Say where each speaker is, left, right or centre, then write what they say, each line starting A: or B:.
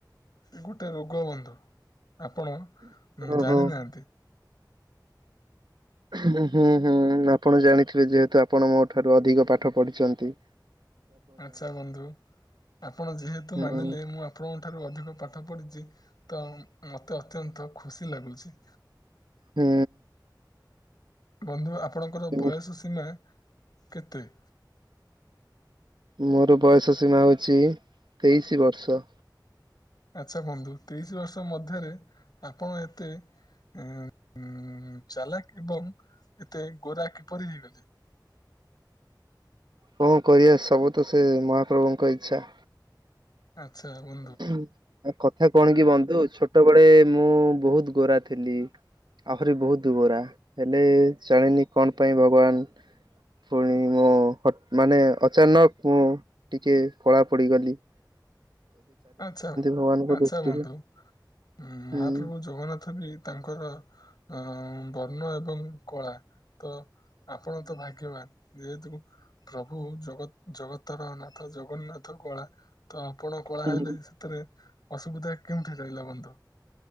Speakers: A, on the left; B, on the right.
A: ସେ ଗୋଟେ ରୋଗ ବନ୍ଧୁ ଆପଣ
B: ଓହୋ
A: ଜାଣିନାହାନ୍ତି।
B: ହୁଁ ହୁଁ ଆପଣ ଜାଣିଥିବେ ଯେହେତୁ ଆପଣ ମୋ ଠାରୁ ଅଧିକ ପାଠ ପଢିଚନ୍ତି।
A: ଆଛା ବନ୍ଧୁ ଆପଣ ଯେହେତୁ
B: ହୁଁ
A: ମାନିଲେ ମୁଁ ଆ ଆପଣଙ୍କ ଠାରୁ ଅଧିକ ପାଠ ପଢ଼ିଚି ତ ମତେ ଅତ୍ୟନ୍ତ ଖୁସି ଲାଗୁଚି।
B: ହୁଁ।
A: ବନ୍ଧୁ ଆପଣଙ୍କର
B: ହୁଁ
A: ବୟସ ସୀମା କେତେ?
B: ମୋର ବୟସ ସୀମା ହଉଚି ତେଇଶି ବର୍ଷ।
A: ଆଚ୍ଛା ବନ୍ଧୁ ତିରିଶ ବର୍ଷ ମଧ୍ୟରେ ଆପଣ ଏତେ ଉଁ ଚାଲାକ ଏବଂ ଏତେ ଗୋରା କିପରି ହେଇଗଲେ?
B: କଁ କରିବା ସବୁ ତ ସେ ମହାପ୍ରଭୁଙ୍କ ଇଚ୍ଛା।
A: ଆଚ୍ଛା ବ
B: <inaudible> କଥା କଣ କି ବନ୍ଧୁ ଛୋଟ ବଳେ ମୁଁ ବହୁତ ଗୋରା ଥିଲି। ଆହୁରି ବହୁତ ଗୋରା, ହେଲେ ଜଣିନି କଣ ପାଇଁ ଭଗବାନ ପୁଣି ମୋ <unintelligible> ମାନେ ଅଚାନକ ମୁଁ ଟିକେ କଳା ପଡ଼ିଗଲି।
A: ଆଛା
B: ଭଗବାନଙ୍କ
A: ଆଚ୍ଛା
B: ଦୃଷ୍ଟିରୁ
A: ବନ୍ଧୁ <unintelligible> ମହାପ୍ରଭୁ
B: ହୁଁ
A: ଜଗନ୍ନାଥ ବି ତାଙ୍କର <unintelligible> ବର୍ଣ୍ଣ ଏବଂ କଳା, ତ ଆପଣ ତ ଭାଗ୍ୟବାନ, ଯେହେତୁ ପ୍ରଭୁ ଜଗତ ଜଗତର ନାଥ ଜଗନ୍ନାଥ କ, ତ ଆପଣ କଳା
B: ହୁଁ।
A: ହେଲେ ସେଥିରେ ଅସୁବିଧା କେଉଁଠି ରହିଲା ବନ୍ଧୁ।